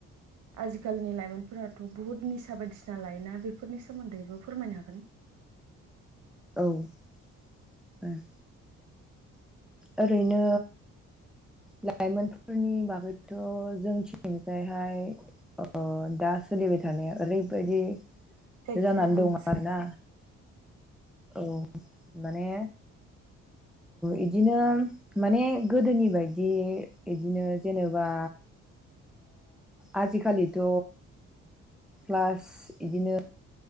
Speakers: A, on the right; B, in the centre.
A: आजिखालिनि लाइमोनफोराथ' बुहुत निसा बायदिसिना लायोना बे। बेफोरनि सोमोन्दैबो फोरमायनो हागोन।
B: औ उम। ओरैनो लाइमोनफोरनि बागैथ' जोंथिंजायहाय अ दा सोलिबाय थानाया ओरै बायदि।
A: जायखिजाया
B: जानानै
A: ओं
B: दङ
A: सोलो
B: आरोना औ माने इदिनो माने गोदोनि बायदि इदिनो जेनेबा आजिखालिथ' क्लास इदिनो